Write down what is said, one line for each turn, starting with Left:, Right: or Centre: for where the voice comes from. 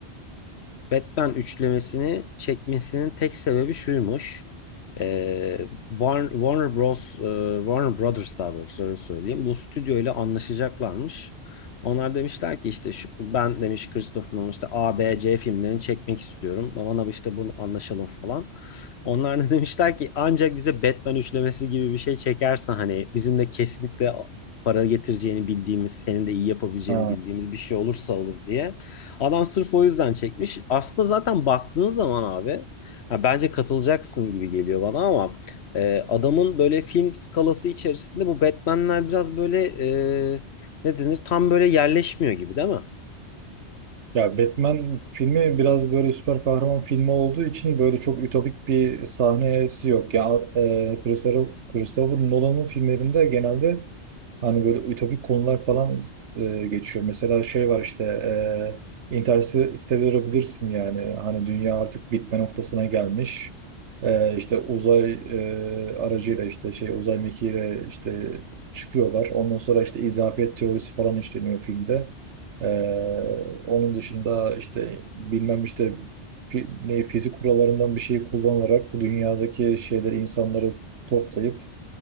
Left: Batman üçlemesini çekmesinin tek sebebi şuymuş. Ee, Warner, Warner Bros, e, Warner Brothers daha doğrusu öyle söyleyeyim. Bu stüdyo ile anlaşacaklarmış. Onlar demişler ki işte şu, ben demiş Christopher Nolan işte A, B, C filmlerini çekmek istiyorum. Bana işte bunu anlaşalım falan. Onlar da <laughs> demişler ki ancak bize Batman üçlemesi gibi bir şey çekersen hani bizimle kesinlikle para getireceğini bildiğimiz, senin de iyi yapabileceğini
Right: Ha.
Left: bildiğimiz bir şey olursa olur diye. Adam sırf o yüzden çekmiş. Aslında zaten baktığın zaman abi ha, bence katılacaksın gibi geliyor bana ama e, adamın böyle film skalası içerisinde bu Batman'ler biraz böyle e, ne denir tam böyle yerleşmiyor gibi değil mi?
Right: Ya Batman filmi biraz böyle süper kahraman filmi olduğu için böyle çok ütopik bir sahnesi yok. Ya e, Christopher, Christopher Nolan'ın filmlerinde genelde Hani böyle ütopik konular falan e, geçiyor. Mesela şey var işte e, Interstellar'ı bilirsin yani. Hani dünya artık bitme noktasına gelmiş. E, işte uzay e, aracıyla işte şey uzay mekiğiyle işte çıkıyorlar. Ondan sonra işte izafiyet teorisi falan işleniyor filmde. E, onun dışında işte bilmem işte fi- ne fizik kurallarından bir şeyi kullanarak dünyadaki şeyleri insanları toplayıp